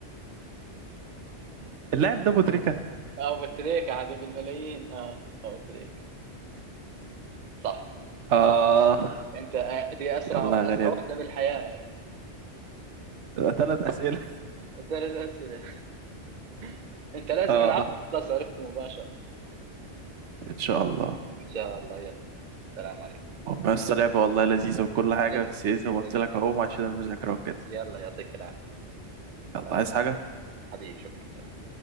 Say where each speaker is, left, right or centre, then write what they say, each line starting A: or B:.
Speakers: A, on the right; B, on the right.
A: اللاعب ده مدركة
B: <laughs> ابو تريكة يا حبيب الملايين اه ابو تريكة صح
A: آه
B: انت آه، دي اسرع
A: يلا يا غريب
B: اسرع واحدة بالحياة هاي
A: ثلاث أسئلة
B: ثلاث اسئلة <laughs> انت لازم
A: آه
B: نعرف خلاص عرفت مباشرة
A: إن شاء الله
B: ان شاء الله يلا السلام عليكم
A: بس لعبة والله لذيذة وكل حاجة
B: لذ-
A: بس إيه
B: لذيذة
A: زي ما قلت
B: جدا
A: لك أقوم عشان المذاكرة وكده
B: يلا يعطيك العافية
A: يلا
B: سلام
A: عايز حاجة؟
B: حبيبي شكرا سلام